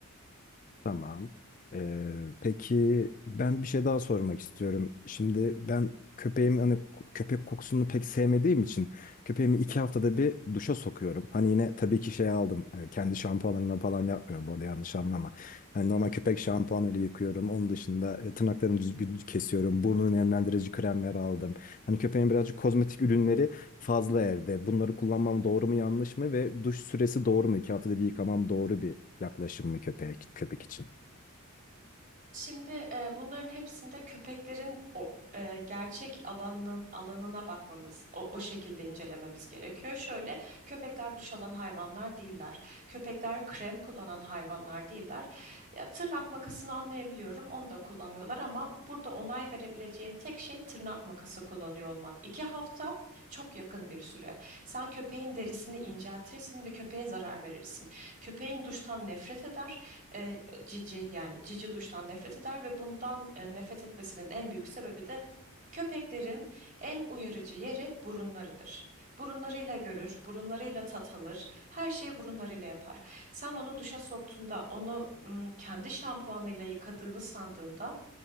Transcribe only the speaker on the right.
Şimdi e, bunların hepsinde köpeklerin o e, gerçek alanının alanına bakmamız, o, o şekilde incelememiz gerekiyor. Şöyle, köpekler duş alan hayvanlar değiller. Köpekler krem kullanan hayvanlar değiller. Ya, tırnak makasını anlayabiliyorum, onu da kullanmıyorlar ama burada onay verebileceğim tek şey tırnak makası kullanıyor olman. İki hafta çok yakın bir süre. Sen köpeğin derisini inceltirsin ve köpeğe zarar verirsin. Köpeğin duştan nefret eder cici yani cici duştan nefret eder ve bundan e, nefret etmesinin en büyük sebebi de köpeklerin en uyarıcı yeri burunlarıdır. Burunlarıyla görür, burunlarıyla tat alır, her şeyi burunlarıyla yapar. Sen onu duşa soktuğunda, onu ım, kendi şampuanıyla yıkadığını sandığında